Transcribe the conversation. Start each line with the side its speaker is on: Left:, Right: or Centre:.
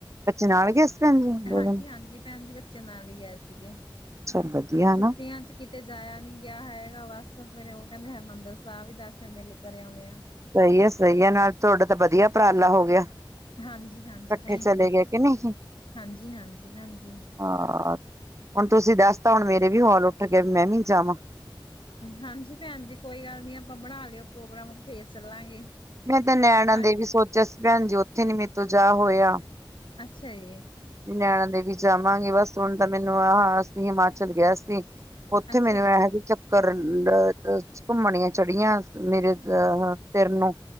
Right: ਬੱਚੇ, ਨਾਲ ਗਏ ਸੀ ਭੈਣ ਜੀ ਦੋ
Left: ਹਾਂਜੀ-ਹਾਂਜੀ
Right: ਦਿਨ
Left: ਭੈਣ ਜੀ, ਬੱਚੇ ਨਾਲ ਹੀ ਗਏ ਸੀਗੇ।
Right: ਚਲ ਵਧੀਆ ਹਨਾ
Left: ਛੁੱਟੀਆਂ ਚ ਕਿਤੇ ਜਾਇਆ ਨੀ ਗਿਆ ਹੈਗਾ, ਬਸ ਫਿਰ ਉਹ ਕਹਿੰਦੇ ਹਰਿਮੰਦਰ ਸਾਹਿਬ ਹੀ ਦਰਸ਼ਨ ਮੇਲੇ, ਕਰ ਆਉਂਨੇ ਆ
Right: ਸਹੀ ਹੈ -ਸਹੀ ਹੈ ਨਾਲ ਤੁਹਾਡਾ ਤਾਂ ਵਧੀਆ, ਉਪਰਾਲਾ ਹੋ ਗਿਆ
Left: ਹਾਂਜੀ-ਹਾਂਜੀ
Right: ਇਕੱਠੇ
Left: ਭੈਣ
Right: ਚਲੇ
Left: ਜੀ,
Right: ਗਏ ਕਿ ਨਹੀਂ
Left: ਹਾਂਜੀ-ਹਾਂਜੀ ਭੈਣ ਜੀ
Right: ਹਾਂ ਹੁਣ ਤੁਸੀਂ ਦੱਸ ਤਾਂ, ਹੁਣ ਮੇਰੇ ਵੀ ਹੌਲ ਉੱਠ ਗਏ ਮੈਂ ਵੀ ਜਾਵਾਂ
Left: ਹਾਂਜੀ ਭੈਣ ਜੀ, ਕੋਈ ਗੱਲ ਨਈ ਆਪਾਂ ਬਣਾ ਲਿਓ ਪ੍ਰੋਗਰਾਮ, ਆਪਾਂ ਫੇਰ ਚੱਲਾਂਗੇ
Right: ਮੈਂ ਤਾਂ ਨੈਣਾ
Left: ਆਪਾਂ
Right: ਦੇਵੀ ਸੋਚਿਆ ਸੀ ਭੈਣ ਜੀ ਉੱਥੇ ਨੀ ਮੇਰੇ ਤੋਂ ਜਾ ਹੋਇਆ।
Left: ਅੱਛਾ ਜੀ।
Right: ਨੈਣਾਂ ਦੇਵੀ ਜਾਵਾਂਗੇ ਬਸ ਹੁਣ ਤਾਂ ਮੈਨੂੰ ਆਹ ਅਸੀਂ ਹਿਮਾਚਲ ਗਿਆ ਸੀ। ਉਥੇ
Left: ਅੱਛਾ
Right: ਮੈਰੇ
Left: ਜੀ
Right: ਏ ਹੈ ਵੀ ਚਲ- ਕਰਨ, ਅ ਘੁੰਮਣੀਆਂ ਚੜੀਆਂ ਮੇਰੇ ਅਹ ਸਿਰ ਨੂੰ ਨਾ।